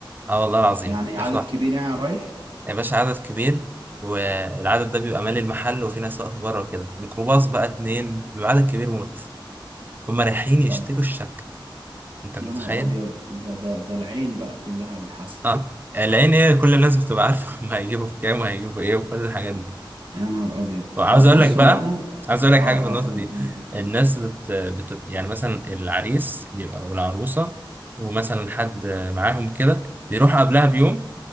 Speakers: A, on the right; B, on the right.
A: اه والله العظيم
B: يعني عدد
A: ياخدوا
B: كبير يعني رايح
A: يا باشا عدد كبير والعدد ده بيبقى مالي المحل وفي ناس واقفه بره وكده ميكروباص بقى اتنين بيبقى عدد كبير موت هما رايحين يشتروا
B: طب
A: الشبكه انت متخيل
B: يا نهار ابيض ده ده ده العين بقى كلها والحسن
A: اه العين ايه كل الناس بتبقى عارفه <laughs> هم هيجيبوا بكام وهيجيبوا ايه وكل الحاجات دي
B: يا نهار ابيض
A: وعاوز
B: طب
A: اقول
B: بص
A: لك بقى
B: هو انا
A: عاوز اقول لك
B: اه
A: حاجه في النقطه
B: اه قول
A: دي
B: قول الحتة
A: الناس
B: دي
A: بت... بت... يعني مثلا العريس بيبقى او العروسه ومثلا حد معاهم كده بيروحوا قبلها بيوم